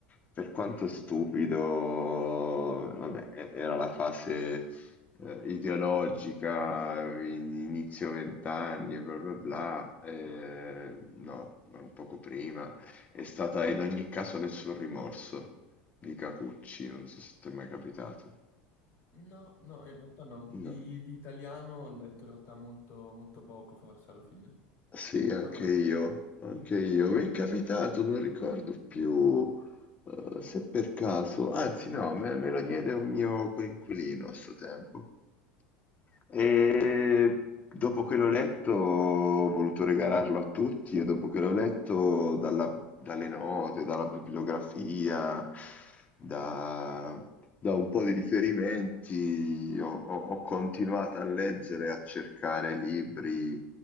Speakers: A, on the left; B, on the left.
A: per quanto stupido, vabbè, e- era la fase eh, ideologica, in- inizio vent'anni e bla bla bla, eh, no, ma un poco prima. È stata in ogni caso Nessun rimorso di Kikuchi, non so se t'è mai capitata.
B: No, no, in realtà no.
A: No.
B: Di, di italiano ho letto in realtà molto, molto poco, forse, alla fine.
A: Sì, anche
B: Parlamene
A: io,
B: un po'.
A: anche io. Mi è capitato, non ricordo più eh, se per caso, anzi no, me, me lo diede un mio coinquilino a suo tempo. E dopo che l'ho letto ho voluto regalarlo a tutti e dopo che l'ho letto dalla- dalle note, dalla bibliografia, da, da un po' di riferimenti, ho, ho- ho continuato a leggere, a cercare libri